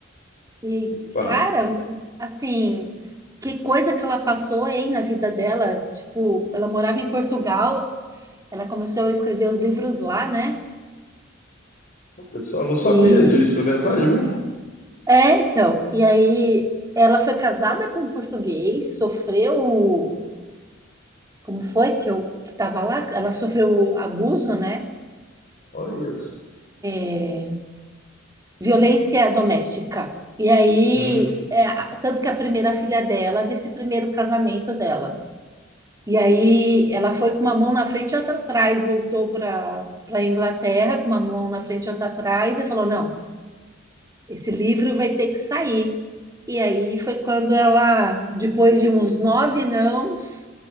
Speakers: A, on the right (about 15°); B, on the left (about 40°).
A: E,
B: Pá,
A: cara, assim, que coisa que ela passou, hein, na vida dela. Tipo, ela morava em Portugal, ela começou a escrever os livros lá, né?
B: olha só, não sabia
A: E.
B: disso, é verdade mesmo?
A: É, então. E aí, ela foi casada com um português, sofreu. Como foi que eu que estava lá? Ela sofreu abuso, né?
B: Olha só.
A: É, violência doméstica. E aí,
B: Hum,
A: é, tanto que a primeira filha dela é desse primeiro casamento dela. E aí, ela foi com uma mão na frente e outra atrás, voltou para para a Inglaterra com uma mão na frente e outra atrás e falou: Não, esse livro vai ter que sair. E aí foi quando ela, depois de uns nove nãos,